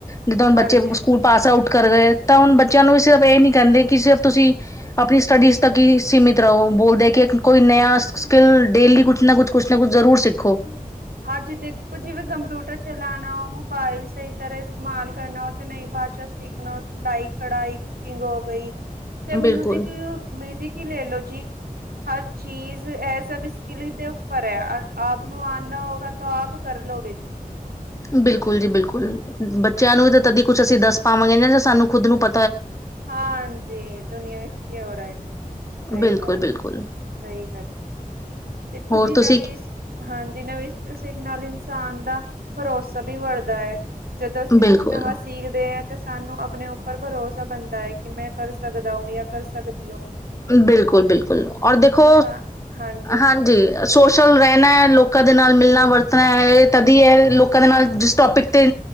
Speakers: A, on the left (about 20°); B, on the right (about 85°).
A: ਜਿੱਦਾਂ ਹੁਣ
B: ਹਾਂਜੀ
A: ਬੱਚੇ ਸਕੂਲ ਪਾਸ ਆਊਟ ਕਰ ਗਏ, ਤਾਂ ਹੁਣ ਬੱਚਿਆਂ ਨੂੰ ਸਿਰਫ ਇਹ ਨੀ ਕਹਿੰਦੇ ਕਿ, ਸਿਰਫ ਤੁਸੀਂ ਆਪਣੀ ਸਟੱਡੀਜ਼ ਤੱਕ ਹੀ ਸੀਮਿਤ ਰਹੋ। ਬੋਲਦੇ ਕਿ ਕ, ਕੋਈ ਨਇਆ ਸ੍ਕੀਲ, ਡੇਲੀ ਕੁਛ ਨਾ ਕੁਛ, ਕਛ ਨਾ ਕੁਛ ਜ਼ਰੂਰ ਸਿੱਖੋ।
B: ਹਾਂਜੀ ਦੇਖੋ, ਜਿਵੇਂ ਕੰਪਿਊਟਰ ਚਲਾਣਾ ਮੋਬਾਇਲ ਸਹੀ ਤਰ ਇਸਤੇਮਾਲ ਕਰਨਾ, ਉਹ ਤੇ ਨਈ ਭਾਸ਼ਾ ਸਿੱਖਣਾ ਸਿਲਾਈ, ਕਢਾਈ, ਕੁਕਿੰਗ ਹੋ ਗਈ ਤੇ
A: ਬਿਲਕੁਲ
B: ਮਿਊਜੀਕ, ਮਿਊਜਿਕ ਹੀ ਲੈਲੋੋ ਜੀ, ਹਰ ਚੀਜ਼ ਇਹ ਸਭ ਇਹਦੇ ਉੱਪਰ ਹੈ, ਆਪ ਨੂੰ ਆਂਦਾ ਹੋਊਗਾ ਤਾਂ ਆਪ ਕਰਲੋਗੇ ਜੀ।
A: ਬਿਲਕੁਲ ਜੀ, ਬਿਲਕੁਲ। ਬੱਚਿਆਂ ਨੂੰ ਵੀ ਤਦੀ ਕੁਛ ਅਸੀਂ ਦੱਸ ਪਾਵਾਂਗੇ ਨ ਨਾ, ਸਾਨੂੰ ਖੁਦ ਨੂੰ ਪ
B: ਹਾਂਜੀ, ਦੁਨੀਆਂ ਵਿੱਚ ਕੇ ਹੋ ਰਿਹਾ ਜੀ। ਸਹੀ
A: ਬਿਲਕੁਲ
B: ਬਾਤ
A: ਬਿਲਕੁਲ
B: ਜੀ, ਸਹੀ ਗੱਲ, ਦੇਖੋ
A: ਹੋਰ
B: ਜੀ ਨਵੀ
A: ਤੁਸੀਂ
B: ਹਾਂਜੀ, ਨਵੀਂ ਸ੍ਕਿਲ ਸਿੱਖਣ ਨਾਲ ਇਨਸਾਨ ਦਾ, ਭਰੋਸਾ ਵੀ ਵੜਦਾ ਏ। ਜਦੋਂ ਅਸੀਂ
A: ਬਿਲਕੁਲ
B: ਕੁਛ ਨਵਾਂ ਸਿੱਖਦੇ ਆਂ, ਤੇ ਸਾਨੂੰ ਆਪਣੇ ਉੱਪਰ ਭਰੋਸਾ ਬਨਦਾ ਏ, ਕਿ ਮੈਂ ਕਰ ਸਕਦਾ ਹੂੰ, ਯਾ ਕਰ ਸਕਦੀ ਊਂ।
A: ਬਿਲਕੁਲ, ਬਿਲਕੁਲ, ਔਰ ਦੇਖੋ,
B: ਸਾ- ਹਾਂਜੀ
A: ਹਾਂਜੀ। ਸੋਸ਼ਲ ਰਹਿਣਾ ਹੈ, ਲੋਕਾਂ ਦੇ ਨਾਲ ਮਿਲਣਾ-ਵਰਤਣਾ ਹੈ, ਇਹ ਤਦੀ ਐ ਲੋਕਾਂ ਦੇ ਨਾਲ ਜਿਸ ਟੌਪਿਕ ਤੇ